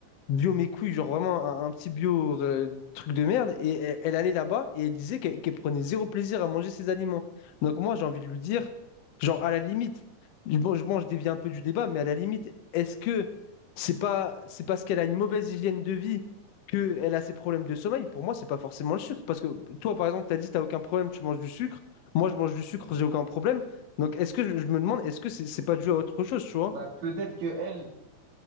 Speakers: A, on the left (about 65°); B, on the right (about 60°).
A: bio mes couilles, genre vraiment un, un petit bio euh, truc de merde. Et elle, elle allait là-bas et elle disait qu'elle qu'elle prenait zéro plaisir à manger ses aliments. Donc moi, j'ai envie de lui dire, genre à la limite, je- bon, je, bon, je dévie un peu du débat, mais à la limite, est-ce que c'est pas, c'est parce qu'elle a une mauvaise hygiène de vie qu'elle a ses problèmes de sommeil? Pour moi, c'est pas forcément le sucre. Parce que toi, par exemple, tu as dit, t'as aucun problème, tu manges du sucre. Moi, je mange du sucre, j'ai aucun problème. Donc, est-ce que je, je me demande, est-ce que c'est c'est pas dû à autre chose, tu vois?
B: Bah, peut-être que elle,